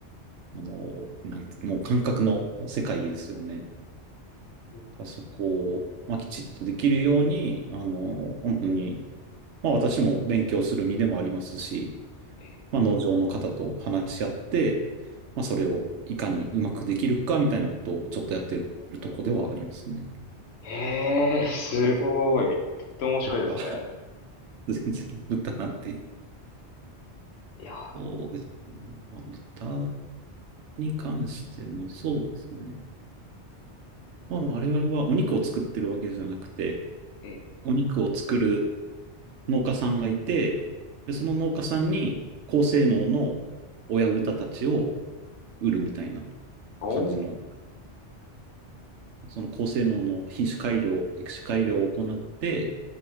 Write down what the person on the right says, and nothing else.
あのなんつもう感覚の世界ですよね。
そこを、まあ、きちっとできるように、あの、本当に、まあ、私も勉強する身でもありますし、
まあ、農場の方と話し合って、まあ、それをいかにうまくできるかみたいなことをちょっとやってるとこではありますね。
あ、全然豚なんて、
そうですね。
まあ、豚に関しての、そうですね。まあ、我々はお肉を作ってるわけじゃなくて、
お肉を作る農家さんがいて、で、その農家さんに高性能の親豚たちを売るみたいな
感じの、その高性能の品種改良、育種改良を行って、